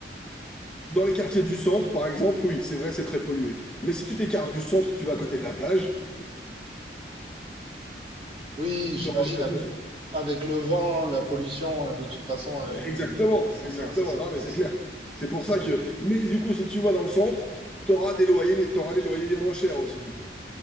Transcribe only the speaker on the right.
Oui, j'imagine
ave-
avec, le vent, la pollution, euh, de toute façon, elle,
euh, c'est
ça, c'est ça,
c'est
ça,
c'est
ça.